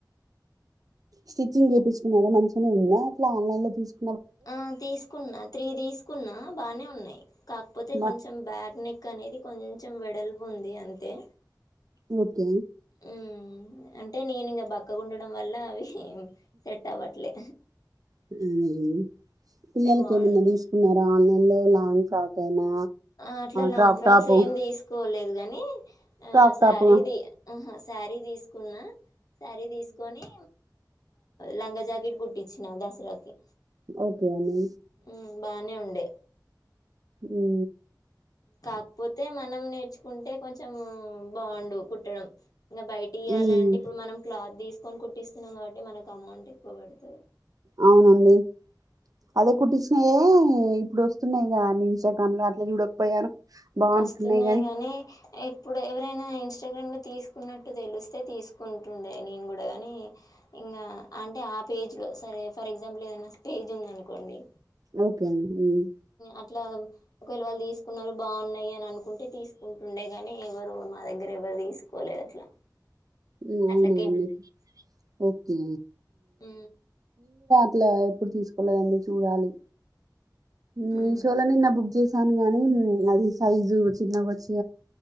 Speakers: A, on the right (about 55°); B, on the left (about 55°).
A: స్టిచ్చింగ్ చేయిించుకున్నారా మంచిగానే ఉందా అట్లా ఆన్లైన్ లో తీసుకు
B: ఆ తీసుకున్నా త్రీ తీసుకున్నా బానే ఉన్నాయి్ కాకపోతే కొంచెం
A: మా
B: బ్యాగ్ నెక్ అనేది కొంచెం వెడల్పు ఉంది అంతే
A: ఓకే
B: ఉ అంటే నేనుంకా బక్కగుండడం వల్ల అవి సెట్టా వాట్లే
A: అదే పిల్లలకి
B: బావుండు.
A: ఏమన్నా తీసుకున్నారా ఆన్లైన్ లో లాంగ్ ఫ్రాక్ అయినా
B: ఆ అట్లా లాంగ్
A: క్రాక్
B: ఫ్రాక్స్
A: టాపు
B: ఏమి తీసుకోలేదు గాని ఆ
A: క్రాక్
B: శారీ
A: టాపు
B: శారిీ తీసు తీకున్న శారీ తీసుకొని లంగా జాకెట్ కుట్టించినా దసరాకి
A: ఓకే అని
B: ఉమ్ బానే ఉండే
A: ఉ
B: కాకపోతే మనం నేర్చు కుంటే కొంచెం బాగుండు కుట్టడం ఇంకా బయట ఇవయాలంటే
A: ఉమ్,
B: ఇప్పుడు మనం క్లాత్ తీసుకొని పుట్టిస్తున్నాం కాబట్టి మనకు అమౌంట్ ఎక్కువ పడుతుంది
A: అవునండి అదే కుట్టించినయే ఇప్పుడు వస్తున్నాయి అన్ని ఇస్టాగ్రామ్ లో అట్లా చూడకపోయాను బాగుంటున్నాయి
B: వస్తున్నాయి
A: గాని
B: కాగానీ ఎప్పుడు ఎవరైనా ఇాగకుట్టు తెే తీకుంటండే నేను కూడానీ ఇంగా అంటే ఆ పేజ్ లో సరే ఫర్ ఎగ్జాంపుల్ ఏదైనా పేజ్ ఉంది అనుకోండి
A: ఓకే అండి ఉమ్,
B: అట్లా ఒకవేళ వాళ్ళు తీసు కున్నారు బాగున్నాయి అని అనుకుంటే తీసుకుంటుండే గాని ఎవరు మా దగ్గర ఎవరు తీసుకోలేదు అట్లా
A: అవునవును
B: అట్లా
A: ఓకే
B: ఉ
A: ఇట్లా ఎప్పుడు తీసుకోలేదండి చూడాలి మీషోలో
B: ఉహు
A: ని బుక్ చే స్తాను గానీ అది సైజు చిన్నక వచ్చి